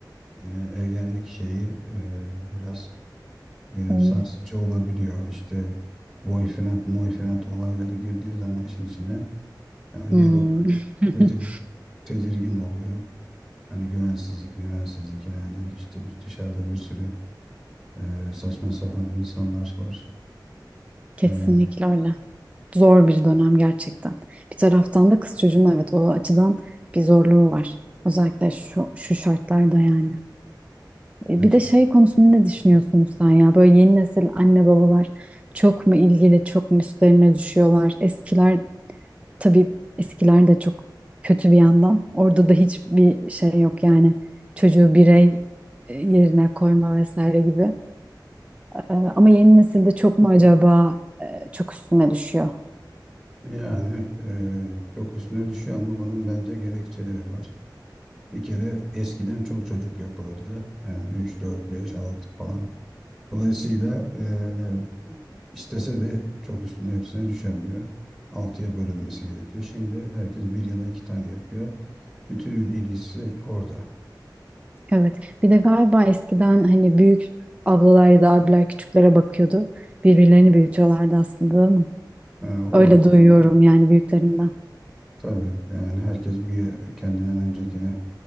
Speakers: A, in the centre; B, on the right.
A: E, ergenlik şeyi e, biraz e,
B: Hmm.
A: sarsıcı olabiliyor. İşte boyfriend, boyfriend olayları girdiği zaman işin içine e, anne
B: Hmm.
A: baba
B: <laughs>
A: tedir- tedirgin oluyor. Hani güvensizlik, güvensizlik yani işte bir- dışarıda bir sürü e, saçma sapan insanlar var.
B: Kesinlikle
A: E,
B: öyle. Zor bir dönem gerçekten. Bir taraftan da kız çocuğun evet o açıdan bir zorluğu var. Özellikle şu, şu şartlarda yani. E,
A: yani
B: Bir
A: çok
B: de şey konusunda ne düşünüyorsun sen ya? Böyle yeni nesil anne babalar çok mu ilgili, çok mu üstlerine düşüyorlar? Eskiler tabii eskiler de çok kötü bir yandan. Orada da hiçbir şey yok yani. Çocuğu birey e, yerine koyma vesaire gibi. Ee, ama yeni nesilde çok mu acaba e, çok üstüne düşüyor?
A: yani e, çok üstüne düşüyor ama bunun bence gerekçeleri var. Bir kere eskiden çok çocuk yapılırdı. Yani 3 4 5 6 falan. Dolayısıyla eee, istese de çok üstüne hepsine düşemiyor. Altıya bölünmesi gerekiyor. Şimdi herkes bir ya da iki tane yapıyor. Bütün ilgisi orada.
B: Evet. Bir de galiba eskiden hani büyük ablalar ya da abiler küçüklere bakıyordu. Birbirlerini büyütüyorlardı aslında değil mi?
A: Ha, o
B: Öyle
A: var.
B: duyuyorum yani büyüklerimden.
A: Tabii yani herkes bir kendinden öncekine